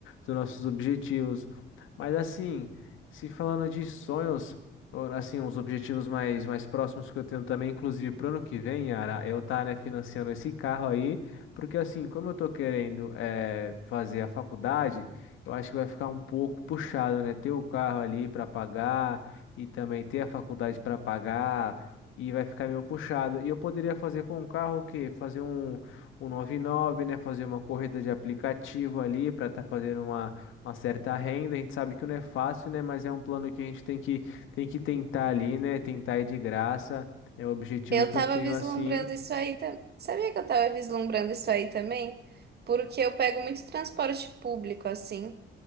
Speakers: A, on the left; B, on the right.
A: Dos nossos objetivos. Mas assim. Se falando de sonhos, ou, assim, uns objetivos mais, mais próximos que eu tenho também, inclusive pro ano que vem, Yara, eu tá, né, financiando esse carro aí, porque assim, como eu tô querendo eh, fazer a faculdade, eu acho que vai ficar um pouco puxado, né, ter o carro ali para pagar e também ter a faculdade para pagar e vai ficar meio puxado. E eu poderia fazer com o carro o quê? Fazer um, um 99, né, fazer uma corrida de aplicativo ali para estar fazendo uma uma certa renda. A gente sabe que não é fácil, né? Mas é um plano que a gente tem que, tem que tentar ali, né? Tentar ir de graça. É o objetivo
B: Eu
A: que
B: tava
A: eu tenho
B: vislumbrando
A: assim.
B: isso aí também. Sabia que eu tava vislumbrando isso aí também? Porque eu pego muito transporte público, assim,